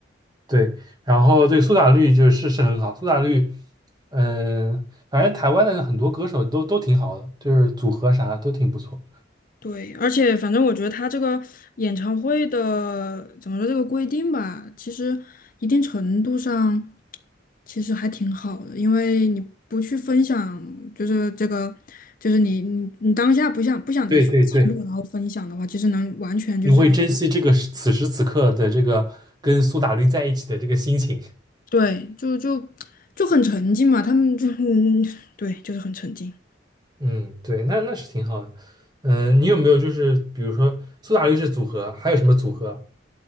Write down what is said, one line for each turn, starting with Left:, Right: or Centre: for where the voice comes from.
Right: 对，然后对苏打绿就是是很好，苏打绿，嗯、反正台湾的很多歌手都都挺好的，就是组合啥的都挺不错。
Left: 对，而且反正我觉得他这个演唱会的怎么说这个规定吧，其实一定程度上其实还挺好的，因为你不去分享，就是这个，就是你你你当下不想不想再去记录，
Right: 对对对，
Left: 然后分享的话，其实能完全就是
Right: 你会珍惜这个时此时此刻的这个跟苏打绿在一起的这个心情。
Left: 对，就就就很沉浸嘛，他们就 <laughs> 嗯，对，就是很沉浸。
Right: 嗯，对，那那是挺好的。嗯、你有没有就是比如说苏打绿是组合，还有什么组合